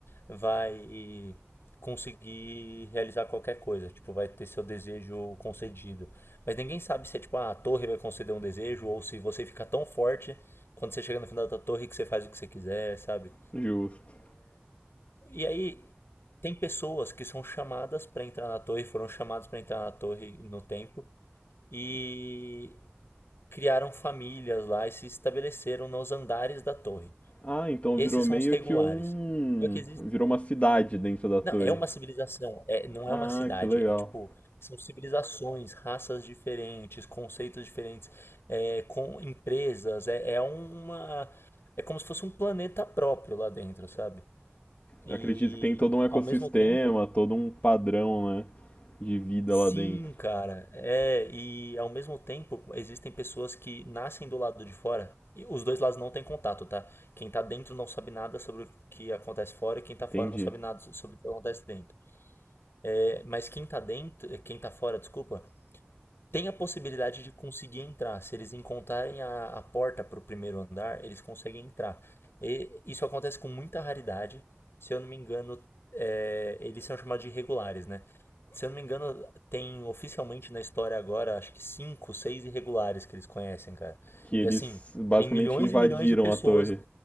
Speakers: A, on the left (about 65°); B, on the left (about 40°).
A: vai conseguir realizar qualquer coisa, tipo, vai ter seu desejo concedido. Mas ninguém sabe se é tipo, ah, a torre vai conceder um desejo ou se você fica tão forte quando você chega no final da torre que você faz o que você quiser, sabe?
B: justo.
A: E aí tem pessoas que são chamadas pra entrar na torre, foram chamadas pra entrar na torre no tempo e criaram famílias lá e se estabeleceram nos andares da torre.
B: Ah, então
A: Esses
B: virou
A: são
B: meio
A: os regulares.
B: que um.
A: Só que
B: Virou uma cidade dentro da torre.
A: Não, é uma civilização, é, não
B: Ah,
A: é uma cidade,
B: que legal.
A: é tipo, são civilizações, raças diferentes, conceitos diferentes, é, com empresas, é, é uma, é como se fosse um planeta próprio lá dentro, sabe? E
B: Eu acredito que tem todo um ecossistema,
A: ao mesmo tempo,
B: todo um padrão, né? De vida
A: sim,
B: lá dentro.
A: cara, é, e ao mesmo tempo existem pessoas que nascem do lado de fora, e os dois lados não têm contato, tá? Quem tá dentro não sabe nada sobre o que acontece fora e quem tá
B: Entendi.
A: fora não sabe nada sobre o que acontece dentro. É, mas quem tá dentro, é, quem tá fora, desculpa, tem a possibilidade de conseguir entrar. Se eles encontrarem a, a porta para o primeiro andar, eles conseguem entrar. E isso acontece com muita raridade. Se eu não me engano, é, eles são chamados de irregulares, né? Se eu não me engano, tem oficialmente na história agora, acho que cinco, seis irregulares que eles conhecem, cara.
B: Que eles
A: E assim,
B: basicamente
A: tem milhões
B: invadiram
A: e milhões de pessoas.
B: a torre.